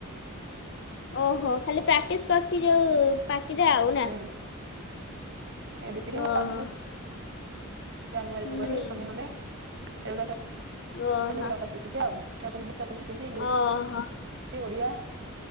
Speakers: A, on the left; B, on the right.
A: ଓହୋ, ଖାଲି ପ୍ରାକ୍ଟିସ୍ କରୁଚି ଯୋଉ ପାଟିରେ ଆଉ ନା।
B: ହୁଁ, ଏବିସିଡି
A: ଓହୋ।
B: ୱାନ୍ ଟୁ ଜାନୁଆରୀ,
A: ହୁଁ
B: ଫେବୃଆରୀ, ସଣ୍ଡେ, ମଣ୍ଡେ ଏଗୁଡା ସବୁ
A: ଓହୋ
B: <unintelligible> ଶିଖୁଚି ଆଉ, ଏ ସବୁ ଗୀତ ସବୁ ଶିଖୁଚି ଇଂଲିଶ୍
A: ଓହୋ
B: ଓଡ଼ିଆ